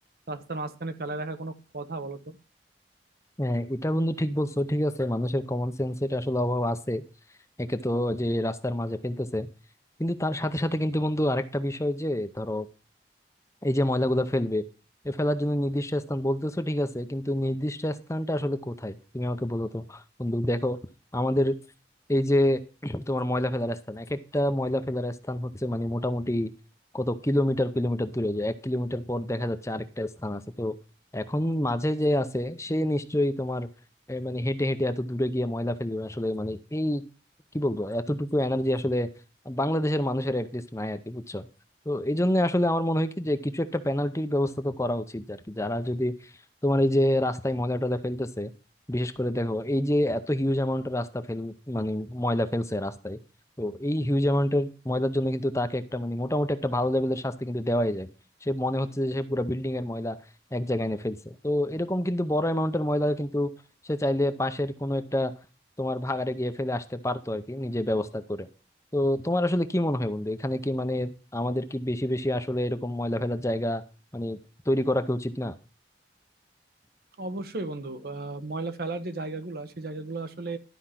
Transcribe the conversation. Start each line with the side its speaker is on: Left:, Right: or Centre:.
Right: রাস্তার মাঝখানে ফেলে রাখা কোনো কথা বলো তো
Left: হ্যাঁ এটা বন্ধু ঠিক বলছো ঠিক আছে মানুষের কমন সেন্স এটা আসলে অভাব আছে একে তো যে রাস্তার মাঝে ফেলতেছে কিন্তু তার সাথে সাথে কিন্তু বন্ধু আরেকটা বিষয় যে ধরো এই যে ময়লাগুলো ফেলবে এ ফেলার জন্য নির্দিষ্ট স্থান বলতেছো ঠিক আছে কিন্তু নির্দিষ্ট স্থানটা আসলে কোথায় তুমি আমাকে বলো তো বন্ধু দেখো আমাদের এই যে <clears throat> তোমার ময়লা ফেলার স্থান এক একটা ময়লা ফেলার স্থান হচ্ছে মানে মোটামুটি কত কিলোমিটার কিলোমিটার দূরে যায় এক কিলোমিটার পর দেখা যাচ্ছে আরেকটা স্থান আছে তো এখন মাঝে যে আছে সে নিশ্চয়ই তোমার এ, মানে হেঁটে হেঁটে এত দূরে গিয়ে ময়লা ফেলবে আসলে মানে এই কি বলবো এতটুকু এনার্জি আসলে বাংলাদেশের মানুষের অ্যাটলিস্ট নাই আর কি বুঝছো তো এই জন্য আসলে আমার মনে হয় কি যে কিছু একটা পেনাল্টির ব্যবস্থা তো করা উচিত আর কি যারা যদি তোমার এই যে রাস্তায় ময়লা টয়লা ফেলতেছে বিশেষ করে দেখো এই যে এত হিউজ অ্যামাউন্টের রাস্তা ফেল মানে ময়লা ফেলছে রাস্তায় তো এই হিউজ অ্যামাউন্টের ময়লার জন্য কিন্তু তাকে একটা মানে মোটামুটি একটা ভালো লেভেলের শাস্তি কিন্তু দেওয়াই যায় সে মনে হচ্ছে যে সে পুরো বিল্ডিং এর ময়লা এক জায়গায় এনে ফেলছে তো এরকম কিন্তু বড় অ্যামাউন্টের ময়লা কিন্তু সে চাইলে পাশের কোনো একটা তোমার ভাগাড়ে গিয়ে ফেলে আসতে পারতো আর কি নিজে ব্যবস্থা করে তো তোমার আসলে কি মনে হয় বন্ধু এখানে কি মানে আমাদের কি বেশি বেশি আসলে এরকম ময়লা ফেলার জায়গা মানে তৈরি করা কি উচিত না
Right: অবশ্যই বন্ধু আহ, ময়লা ফেলার যে জায়গাগুলো সেই জায়গাগুলো আসলে